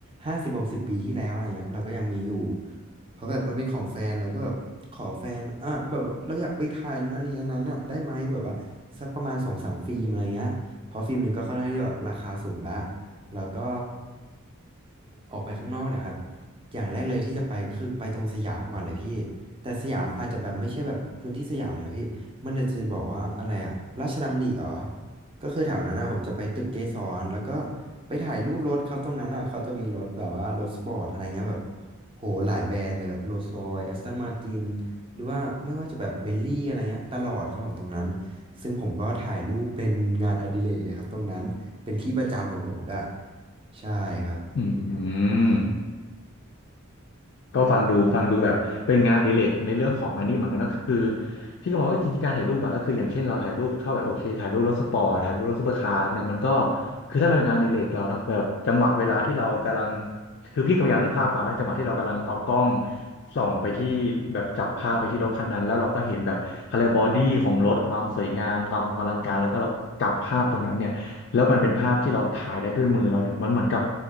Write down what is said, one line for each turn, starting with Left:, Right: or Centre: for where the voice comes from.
Right: ห้าสิบหกสิบปีที่แล้วอะไรเงี้ยเราก็ยังมีอยู่ เพราะแบบมันเป็นของแฟนเราก็แบบขอแฟนอ่ะแบบเราอยากไปถ่ายนั้นอันนี้อันนั้นอ่ะได้ไหมแบบว่าสักประมาณสองสามฟิล์มอะไรเงี้ยเพราะฟิล์มหนึ่งก็ค่อนข้างที่จะแบบราคาสูงละแล้วก็ออกไปข้างนอกเนี่ยครับอย่างแรกเลยที่จะไปก็คือไปตรงสยามก่อนเลยพี่แต่สยามอาจจะแบบไม่ใช่แบบพื้นที่สยามเลยอะพี่มันอาจจะบอกว่าอะไรอะราชดำริอ๋อก็คือแถวนั้นอ่ะผมจะไปตึกเกสรแล้วก็ไปถ่ายรูปรถครับตรงนั้นอ่ะเขาจะมีรถแบบว่ารถสปอร์ตอะไรเงี้ยแบบ โหหลายแบรนด์เลยแบบโรลส์รอยซ์แอสตันมาตินหรือว่าไม่ว่าจะแบบเบลลี่อะไรเงี้ยตลอดครับผมตรงนั้นซึ่งผมก็ถ่ายรูปเป็นงานอดิเรกเลยครับตรงนั้นเป็นที่ประจำของผมก็ใช่ครับ
Left: อืม ก็ฟังดูฟังดูแบบเป็นงานอดิเรกในเรื่องของอันนี้เหมือนกันนะคือพี่ก็มองว่าจริงๆการถ่ายรูปอะก็คืออย่างเช่นเราถ่ายรูปชอบแบบโอเคถ่ายรูปรถสปอร์ตถ่ายรูปรถซูเปอร์คาร์พวกเนี้ยมันก็คือถ้ามันเป็นงานอดิเรกเราเนาะแบบจังหวะเวลาที่เรากำลังคือพี่ก็พยายามนึกภาพตามนะจังหวะที่เรากำลังเอากล้องส่องไปที่แบบจับภาพไปที่รถคันนั้นแล้วเราก็เห็นแบบเขาเรียกบอดี้ของรถความสวยงามความอลังการแล้วก็เราจับภาพตรงนั้นเนี่ยแล้วมันเป็นภาพที่เราถ่ายได้ด้วยมือเราเนี่ยมันเหมือนกับ